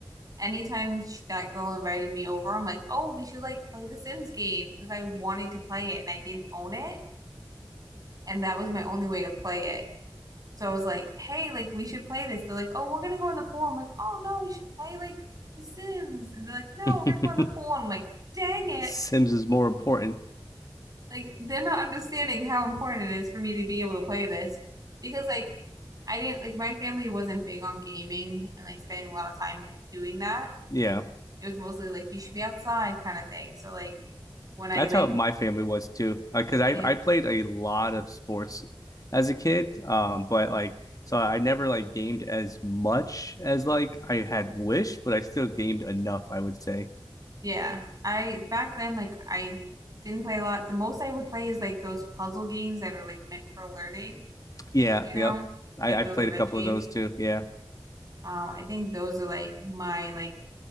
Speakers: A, on the right; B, on the left.
A: anytime sh that girl invited me over, I'm like, oh, we should like play the Sims game because I wanted to play it and I didn't own it. And that was my only way to play it. So I was like, hey, like we should play this. They're like, oh, we're gonna go in the pool. I'm like, oh no, we should play like the Sims. And they're like, no,
B: <laughs>
A: we're gonna go in the pool. And I'm like, dang it.
B: sims is more important
A: Like they're not understanding how important it is for me to be able to play this because like I didn't like my family wasn't big on gaming and like spending a lot of time doing that.
B: yeah
A: it was mostly like you should be outside kind of thing. So like when I
B: That's
A: like
B: how my family was too. Like, cause I
A: yeah,
B: I played a lot of sports as a kid, um, but like so I never like gamed as much as like I had wished, but I still gamed enough, I would say.
A: yeah, I back then like I didn't play a lot. The most I would play is like those puzzle games that are like meant for learning,
B: Yeah,
A: you know,
B: yep. I,
A: like
B: I
A: those
B: played
A: adventure
B: a couple
A: games.
B: of those too. Yeah.
A: Um, I think those are like my like